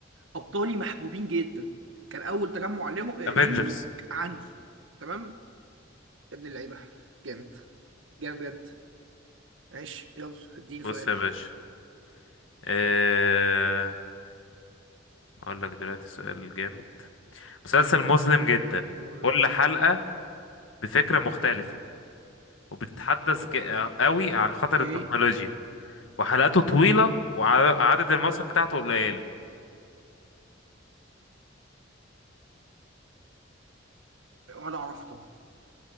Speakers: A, on the right; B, on the left.
A: ابطالي محبوبين جدا كان اول تجمع ليه-
B: افنجرز
A: ليهم عندي تمام يا ابن اللعيبه جامد جامد بجد ماشي يلا اديني
B: بص
A: سؤال
B: يا باشا آه... هقول لك دلوقتي سؤال جامد مسلسل مظلم جدا
A: قول-
B: كل حلقة بفكرة مختلفة وبتتحدث ج- قوي عن خطر
A: اوكي
B: التكنولوجيا وحلقاته طويلة وعدد المواسم بتاعته قليلة
A: ولا اعرف طبعا